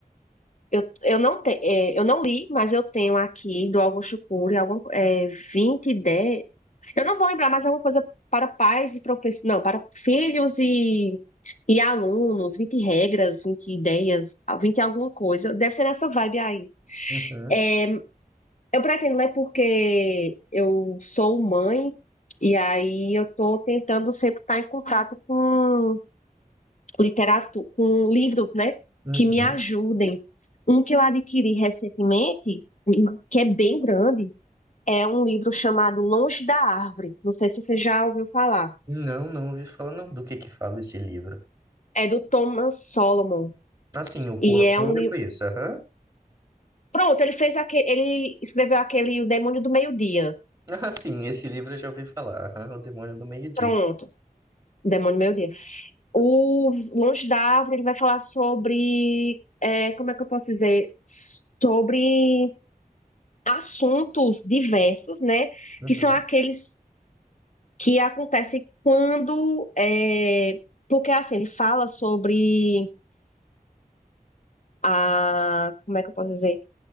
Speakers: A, on the left; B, on the right.
A: eu, eu não te, é, eu não li, mas eu tenho aqui do Augusto Cury algum, é, 20 ideias. Eu não vou lembrar, mas alguma coisa para pais e professores, não, para filhos e, e alunos, 20 regras, 20 ideias, 20 alguma coisa. Deve ser nessa vibe aí.
B: Uhum,
A: É, Eu pretendo ler porque eu sou mãe e aí eu estou tentando sempre estar em contato com literatura, com livros, né,
B: uhum.
A: que me ajudem. Um que eu adquiri recentemente, que é bem grande, é um livro chamado Longe da Árvore. Não sei se você já ouviu falar.
B: Não, não ouvi falar não. Do que que fala esse livro?
A: É do Thomas Solomon
B: Assim, o,
A: e
B: o autor
A: é um livro.
B: eu conheço, aham. <laughs>
A: Pronto, ele fez aquele, ele escreveu aquele O Demônio do Meio-Dia.
B: Ah, sim, esse livro eu já ouvi falar, aham, O Demônio do Meio-Dia.
A: Pronto, O Demônio do Meio-Dia. O Longe da Árvore, ele vai falar sobre, é, como é que eu posso dizer? Sobre assuntos diversos, né?
B: Uhum.
A: Que são aqueles que acontecem quando. é, porque, assim, ele fala sobre a. Como é que eu posso dizer?